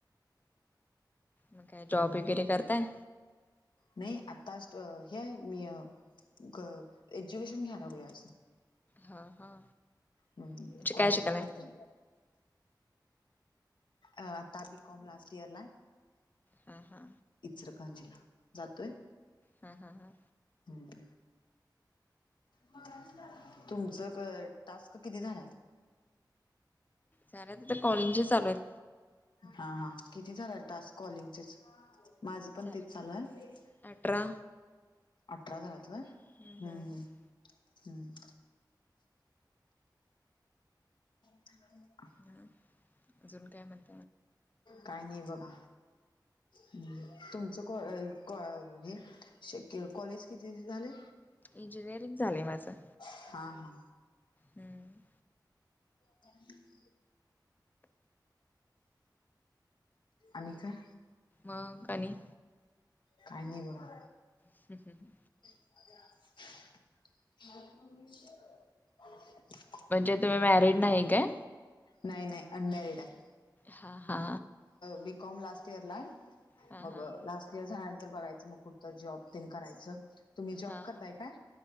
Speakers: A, on the left (about 25°); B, on the left (about 85°).
A: मग काय जॉब
B: हम्म
A: वगैरे करताय.
B: नाही आता हे मी क एज्युकेशन घ्या लागलय आज
A: हा हा
B: हम्म,
A: म्हणजे
B: कॉलेजला
A: काय शिकालाय?
B: जाते. अ आता बीकॉम लास्ट इयर ला हाय.
A: हा हा.
B: इचरकंजीला जातोय
A: हा हा हा
B: हम्म, मगाशीच झालता तुमच क टास्क किती झालात.
A: झाले आता कॉलिचे चालू आहेत.
B: हा हा, किती झाल्या तास कॉलिंगचेच हा हो. माझं पण
A: चालेल
B: तेच चालू आहे
A: अठरा
B: अठरा झाला होय.
A: हम्म
B: ह
A: हम्म
B: ह ह, काय नाही.
A: ह अजुन काय म्हण''--''
B: काही नाही बघा हम्म. तुमचं कॉ कॉ माझे श क कॉलेज किती झालेय.
A: इंजिनिअरिंग झालंय माझं.
B: हा हा,
A: हम्म,
B: ह <inaudible> आणि काय.
A: मग आणी.
B: काय नाही बघा.
A: हम्म हम्म,
B: अज <inaudible> मपूर्ण <inaudible>
A: म्हणजे तुम्ही मॅरिड नाही काय.
B: नाही-नाही अनमॅरिड आहे.
A: हा हा
B: बीकॉम लास्ट इयर ला आहे
A: हा
B: मग
A: हा
B: लास्ट इयर झाल्यानंतर बघायचं मग कुठंतर जॉब तेन करायचं. तुम्ही जॉब
A: हा.
B: करताय
A: हा,
B: काय